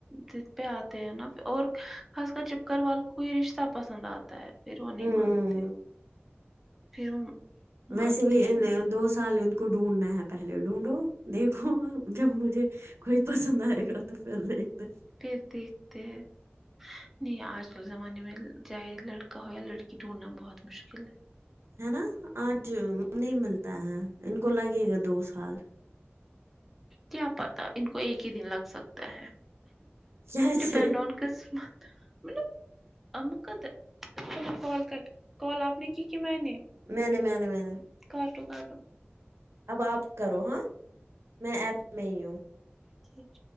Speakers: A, in the centre; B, on the right (about 75°).
A: ضد پہ آتے ہیں نا پھر اور خاص کر جب گھر وال کوئی رشتہ پسند آتا ہے پھر وہ نہیں
B: ہوں
A: مانتے پھر وہ مانتے
B: ویسے بھی
A: ہی نہیں
B: دو سال کو ڈھونڈنا ہے پہلے ڈھونڈو دیکھو جب مجھے کوئی پسند آئے گا تو پھر دیکھتے
A: پھر دیکھتے ہیں نہیں آج کل زمانے میں چاہے لڑکا ہو یا لڑکی ڈھونڈھنا بہت مشکل ہے
B: ہے نا آج نہیں ملتا ہے ان کو لگے گا دو سال
A: کیا پتا ان کو ایک ہی دن لگ سکتا ہے
B: کیسے
A: ڈپینڈ آن قسمت مطلب اق <unintelligible> کال کر کال آپ نے کی کی میں نے
B: میں نے میں نے میں نے
A: کٹو کاٹو
B: اب آپ کرو ہاں میں ایپ میں ہی ہوں
A: ٹھیک